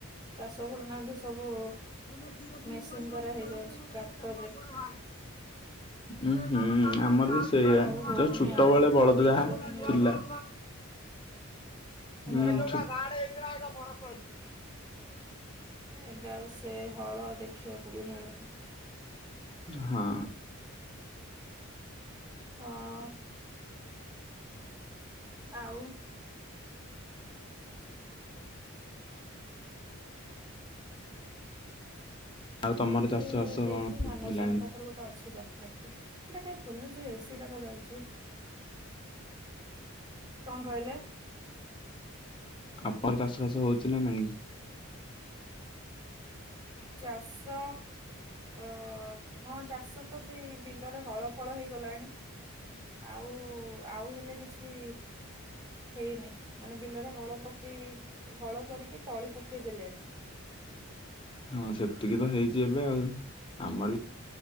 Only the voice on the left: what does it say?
ତମେ କିରୋସିନି
କରିବ
କି
ଜଡ଼ା ତେଲ
କରିବ ତମ ଉପରେ ଭାର। ଉୁଁ ହୁଁ। ଆମର
ବି ସେଇଆା
ଯୋଉ ଛୋଟବେେଳେ
ବଳଦ
ଯାହା
ଥିଲା। ଏ
ଯୋଉଟ ଗାଡ ହେଇଥିଲା ଏଇଟା ପଣସ ହେଇଛି।
ହଁ।
ଆଉ ତମର
ଚାଷ ବାସ
କଣ
ହେଲାଣି
ଆପର ଚାଷ ବାସ ହଉଛି ନା ନାଇଁ?
ହଁ ସେତିକି ତ ହେଇଛି ଏବେ ଆଉ ଆମର ବି